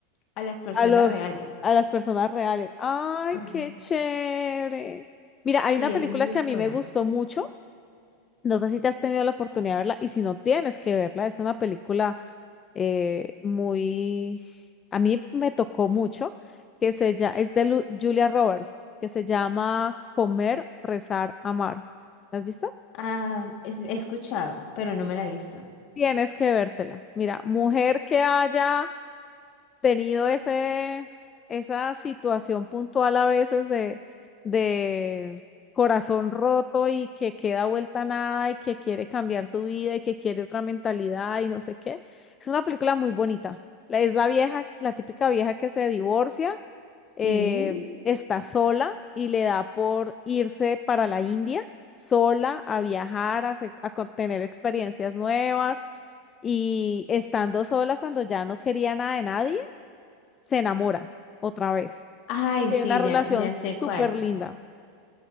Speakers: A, on the left; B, on the left.
A: a las personas
B: A los,
A: reales.
B: a las personas reales. Ay,
A: Ajá.
B: qué chévere. Mira, hay
A: Sí,
B: una película
A: es muy
B: que a mí
A: buena.
B: me gustó mucho No sé si te has tenido la oportunidad de verla y si no tienes que verla, es una película eh, muy, a mí me tocó mucho, que se llama, es de Lu- Julia Roberts, que se llama Comer, Rezar, Amar. ¿La has visto?
A: Ah, es- he escuchado, pero no me la he visto.
B: Tienes que vértela. Mira, mujer que haya tenido ese, esa situación puntual a veces de, de corazón roto y que queda vuelta a nada y que quiere cambiar su vida y que quiere otra mentalidad y no sé qué. Es una película muy bonita. La- Es la vieja, la típica vieja que se divorcia, eh,
A: Sí.
B: está sola y le da por irse para la India sola a viajar, a, se- a co- tener experiencias nuevas y estando sola cuando ya no quería nada de nadie se enamora otra vez
A: Ay,
B: y tiene
A: sí,
B: una relación
A: ya, ya
B: súper
A: sé cuál.
B: linda.